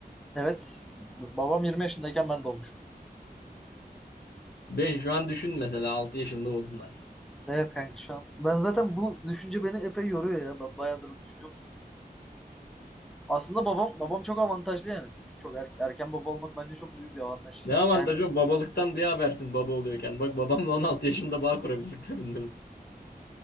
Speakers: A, in the centre; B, on the left.
A: Evet. Babam 20 yaşındayken ben doğmuşum.
B: Ben şu an düşün mesela 6 yaşında oldunlar.
A: Evet kanka şu an. Ben zaten bu düşünce beni epey yoruyor ya. Ben bayağıdır düşünüyorum. Aslında babam babam çok avantajlı yani. Çok er- erken baba olmak bence çok büyük bir avantaj.
B: Ne avantajı
A: Yani
B: oğlum? babalıktan bir habersin baba oluyorken. Bak babamla 16 yaşında bağ kurabildik dedin